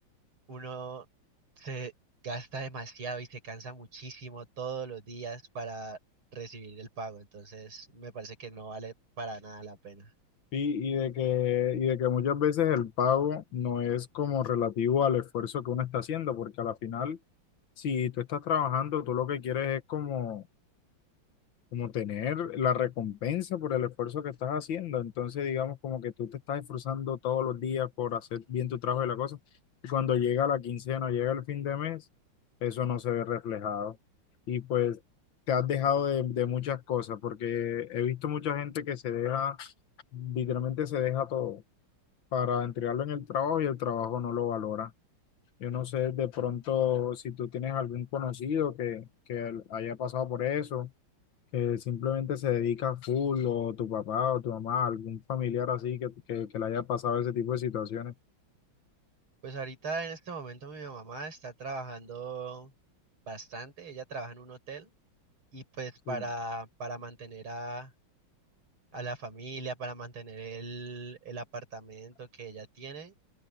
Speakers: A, on the right (about 90°); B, on the left (about 70°).
A: uno se gasta demasiado y se cansa muchísimo todos los días para recibir el pago, entonces me parece que no vale para nada la pena.
B: Y, y de que, y de que muchas veces el pago no es como relativo al esfuerzo que uno está haciendo, porque a la final, si tú estás trabajando, tú lo que quieres es como como tener la recompensa por el esfuerzo que estás haciendo. Entonces, digamos, como que tú te estás esforzando todos los días por hacer bien tu trabajo y la cosa. Y cuando llega la quincena, llega el fin de mes, eso no se ve reflejado. Y pues te has dejado de, de muchas cosas, porque he visto mucha gente que se deja, literalmente se deja todo para entregarlo en el trabajo y el trabajo no lo valora. Yo no sé de pronto si tú tienes algún conocido que, que haya pasado por eso que simplemente se dedica full, o tu papá o tu mamá, algún familiar así que, que, que le haya pasado ese tipo de situaciones.
A: Pues ahorita en este momento mi mamá está trabajando bastante, ella trabaja en un hotel y pues para,
B: Sí.
A: para mantener a, a la familia, para mantener el, el apartamento que ella tiene